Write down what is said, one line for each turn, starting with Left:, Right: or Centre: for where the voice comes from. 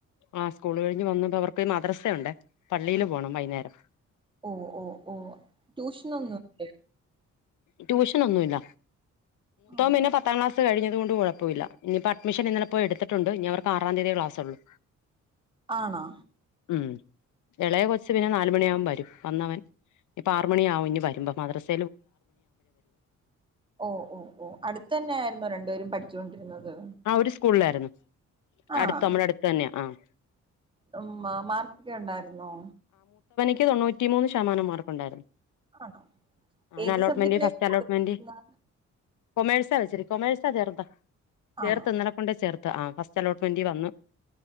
Left: ആ സ്കൂള് കഴിഞ്ഞ് വന്ന അവർക്ക് മദ്രസുണ്ട് പള്ളിയില് പോണം വൈകുന്നേരം
Right: ഓ ഓ ഓ ട്യൂഷൻ ഒന്നും ഇല്ലേ
Left: ട്യൂഷൻ ഒന്നുമില്ല
Right: ആണോ
Left: പിന്നെ പത്താം ക്ലാസ്സിലും പത്തു കഴിഞ്ഞത് കൊണ്ട് കുഴപ്പല്ല ഇപ്പോ അഡ്മിഷൻ ഇന്നെലെ പോയി എടുത്തിട്ടുണ്ട് ഇനി അവർക്ക് ആറാം തീയതിയേ ക്ലാസുള്ളൂ
Right: ആണോ
Left: ഉം ഇളയ കൊച്ചു നാലു മണിയാവുമ്പോൾ വരും വന്നവൻ ഇപ്പൊ ആറു മണി ആവും ഇനി വരുമ്പോ മദ്രസ
Right: ഓഹ് ഓഹ് ഓം അടുത്തന്നെ ആയിരുന്നോ രണ്ടുപേരും പഠിച്ചോണ്ടിരുന്നത്
Left: ആ അവര് സ്കൂളിലായിരുന്നു
Right: ആഹ്
Left: അടുത്ത് നമ്മുടെ അടുത്ത് തന്നെയാ ആഹ്
Right: ഉം മാ മാർക്കൊക്കെ ഉണ്ടായിരുന്നോ?
Left: ഇക്ക് തൊണ്ണൂറ്റി മൂന്ന് ശതമാനം മാർക്കുണ്ടായിരുന്നു
Right: ആണോ
Left: അവന്
Right: ഏത്
Left: അലോട്ട്മെന്റ്
Right: സബ്ജക്റ്റിനായ്
Left: ഫസ്റ്റ് അലോട്ട്മെന്റ്
Right: കൊടു <unintelligible>
Left: കൊമേഴ്സാ വെച്ചരി കൊമെഴ്സ ചേർതാ ചേർത്ത്
Right: ആണോ
Left: ഇന്നലെ കൊണ്ടേയ് ചേർത്ത് ആ ഫസ്റ്റ് അലോട്ട്മെന്റീവന്ന്